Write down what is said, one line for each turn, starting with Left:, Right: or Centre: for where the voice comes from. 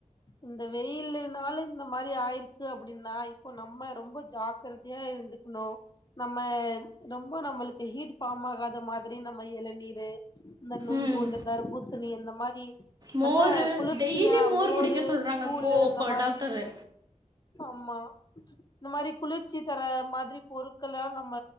Left: இந்த வெயில் இருந்து னால இந்த மாரி ஆயிருக்கு அப்டின்னா இப்போ நம்ம ரொம்ப ஜாக்ரதையா இருந்துக்கணு நம்ம ரொம்ப நம்மளுக்கு ஹீட் ஃபார்ம் ஆகாத மாதிரி நம்ம இளநீரு இந்த நொங்கு
Right: ம்
Left: இந்த தர்பூஸ் சோ நீ இந்த மாரி
Right: மோரு
Left: நல்ல குளிர்ச்சியா
Right: டெய்லி மோர்
Left: மோரு
Right: குடிக்க சொல்றாங்க
Left: கூளு
Right: கோ
Left: அந்த
Right: கோ
Left: மாதிரி
Right: டாக்டரு
Left: ஆமா இந்த மாரி குளிர்ச்சி தர மாதிரி பொருட்கள்லா நம்ம